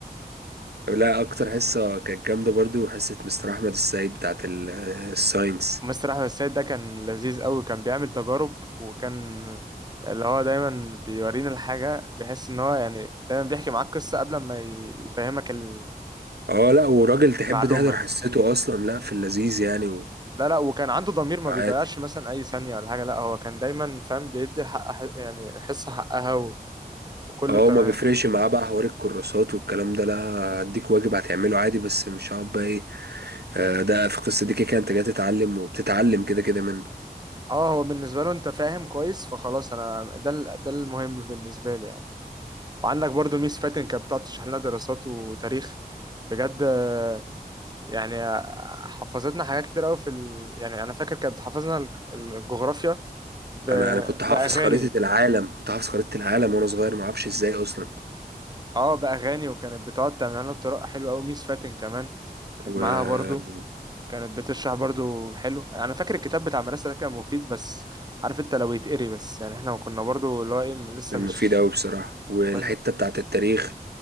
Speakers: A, on the right; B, on the right.
A: لا اكتر حصه كانت جامده برضو حصه مستر احمد السيد بتاعت ال- الساينس
B: مستر احمد السيد ده كان لذيذ قوي كان بيعمل تجارب وكان اللي هو دايما بيورينا الحاجه بيحس ان هو يعني دايما بيحكي معاك قصه قبل ما ي- يفهمك ال-
A: اه لا وراجل تحب
B: المعلومه
A: تحضر حصته اصلا لا في اللذيذ يعني
B: لا لا وكان عنده ضمير ما
A: وعادي
B: بيضيعش مثلا اي ثانيه ولا حاجه لا هو كان دايما فاهم بيدي الحق ح- يعني الحصه حقها وكله
A: اه
B: تمام
A: ما بيفرقش معاه بقى حوار الكراسات والكلام ده لا هديك واجب هتعمله عادي بس مش هقعد بقى ايه آه، ده في القصه دي كده كده انت جاي تتعلم وبتتعلم كده كده منه
B: اه هو بالنسبه له انت فاهم كويس فخلاص انا ده ال- ده المهم بالنسبه لي يعني وعندك برضو ميس فاتن كانت بتقعد تشرح لنا دراسات وتاريخ بجد آه، يعني آه، حفظتنا حاجات كتير قوي في ال... يعني انا فاكر كانت بتحفظنا الج- الجغرافيا ب...
A: انا انا كنت حافظ
B: باغاني
A: خريطه العالم كنت حافظ خريطه العالم وانا صغير ما اعرفش ازاي اصلا
B: اه باغاني وكانت بتقعد تعمل لنا بطريقه حلوه قوي ميس فاتن كمان كانت
A: وكان
B: معاها برضو كانت بتشرح برضو حلو انا فاكر الكتاب بتاع المدرسه ده كان مفيد بس عارف انت لو يتقري بس يعني احنا كنا برضو اللي هو ايه لسه
A: مفيد
B: مش
A: قوي بصراحه والحته
B: كنا
A: بتاعه التاريخ